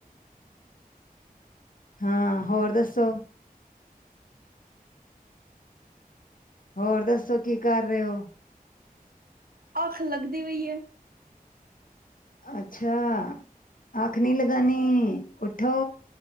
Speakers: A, on the left; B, on the right.
A: ਹਾਂ! ਹੋਰ ਦੱਸੋ? ਹੋਰ ਦੱਸੋ ਕੀ ਕਰ ਰਹੇ ਹੋ?
B: ਅਖ ਲੱਗਦੀ ਹੋਈ ਏ।
A: ਅੱਛਾ ਅੱਖ ਨਹੀਂ ਲਗਾਨੀ ਉੱਠੋ।